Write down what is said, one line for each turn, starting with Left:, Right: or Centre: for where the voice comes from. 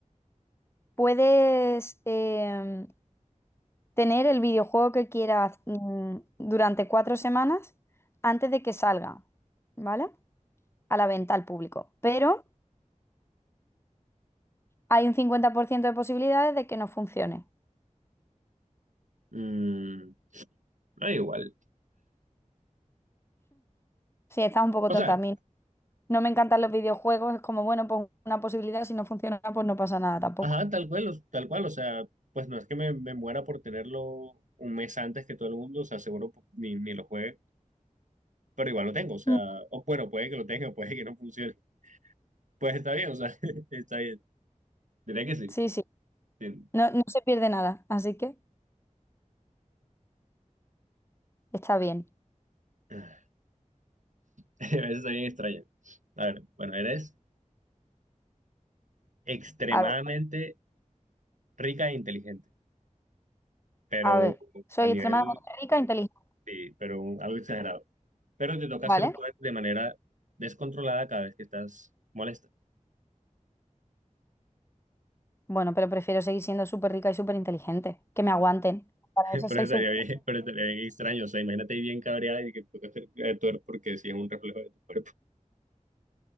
Left: Puedes em, tener el videojuego que quieras mm, durante cuatro semanas antes de que salga, ¿vale? A la venta al público. Pero hay un 50% de posibilidades de que no funcione.
Right: Mm, no, igual.
Left: Sí, estás un poco
Right: O
Left: tonta.
Right: sea,
Left: A mí no me encantan los videojuegos. Es como, bueno, pues una posibilidad. Si no funciona, pues no pasa nada tampoco.
Right: Ajá, tal cual, o- tal cual, o sea, pues no es que me, me muera por tenerlo un mes antes que todo el mundo, o sea, seguro ni, ni lo juegue, pero igual lo tengo, o sea,
Left: Mm.
Right: o bueno, puede que lo tenga, <laughs> puede que no funcione, pues está bien, o sea, <laughs> está bien, diría que sí,
Left: Sí, sí.
Right: sí.
Left: No, no se pierde nada. Así que está bien.
Right: <laughs> A veces está bien extraña. A ver, bueno, eres extremadamente
Left: A ver,
Right: rica e inteligente, pero
Left: a ver. Soy
Right: a nivel,
Left: extremadamente rica e inteligente,
Right: sí, pero un- algo exagerado, pero te toca
Left: ¿vale?
Right: hacer tú de manera descontrolada cada vez que estás molesta.
Left: Bueno, pero prefiero seguir siendo súper rica y súper inteligente. Que me aguanten. Para
Right: <laughs> Pero
Left: eso soy
Right: estaría
Left: su-
Right: bien, pero estaría bien extraño. O sea, imagínate ahí bien cabreada y que toca cerca de porque sí es un reflejo de tu cuerpo.